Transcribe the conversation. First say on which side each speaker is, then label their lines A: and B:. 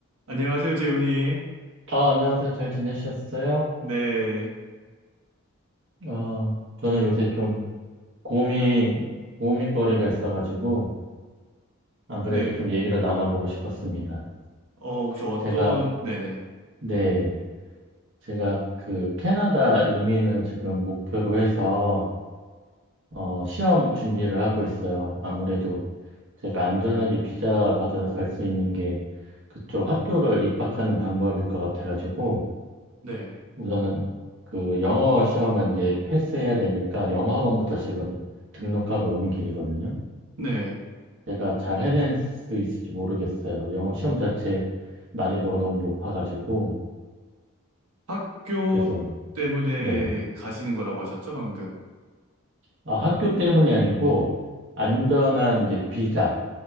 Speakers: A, on the right; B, on the right.
A: 안녕하세요, 재훈님.
B: 아, 안녕하세요. 잘 지내셨어요?
A: 네,
B: 어, 저는 요새 좀 고민, 고민거리가 있어가지고, 안
A: 네.
B: 그래도 좀 얘기를 나눠보고 싶었습니다.
A: 어, 혹시 어떤,
B: 제가,
A: 네네,
B: 네, 제가 그 캐나다 이민을 지금 목표로 해서, 어, 시험 준비를 하고 있어요. 아무래도 제가 안전하게 비자 받아서 갈 수 있는 게 그쪽 학교를 입학하는 방법일 것 같아가지고,
A: 네,
B: 우선은 그 영어 시험은 이제 패스해야 되니까 영어 학원부터 지금 등록하고 오는 길이거든요.
A: 네.
B: 제가 잘 해낼 수 있을지 모르겠어요. 영어 시험 자체 난이도가 너무 높아가지고
A: 학교
B: 그래서
A: 때문에
B: 네.
A: 가시는 거라고 하셨죠, 방금?
B: 아, 학교 때문이 아니고 안전한 이제 비자,